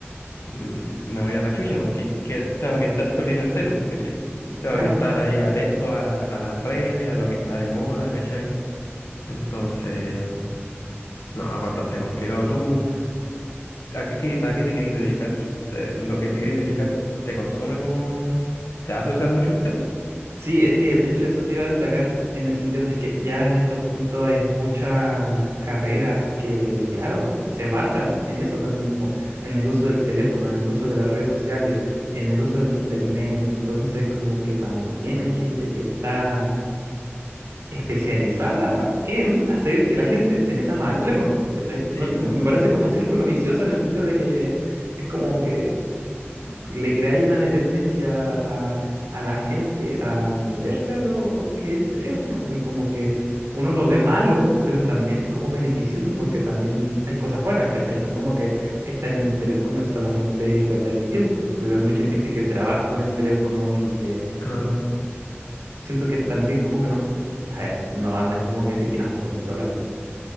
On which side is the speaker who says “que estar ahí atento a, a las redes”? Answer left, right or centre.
Left